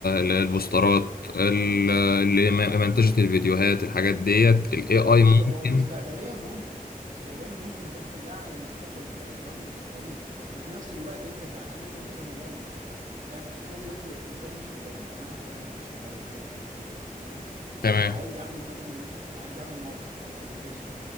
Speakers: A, on the left; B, on the right.
A: ال- البوسترات ال- اللي م- منتجة الفيديوهات الحاجات ديت ال AI
B: بص
A: ممكن
B: هو مستقبليا ممكن مستقبليا ممكن بس ده على المستقبل البعيد برضه مش القريب بس في نفس الوقت انت ك انا انت كمبرمج دلوقتي أ- أ- انا دلوقتي انسان مش مبرمج انا واحد عادي شغال جرافيك مش مبرمج تمام
A: تمام
B: عايز اعمل مثلا ويب عايز اعمل موقع او ابلكيشن